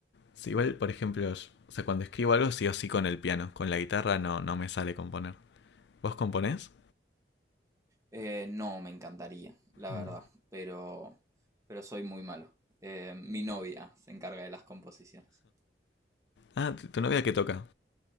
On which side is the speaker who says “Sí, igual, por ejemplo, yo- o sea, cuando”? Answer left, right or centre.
Left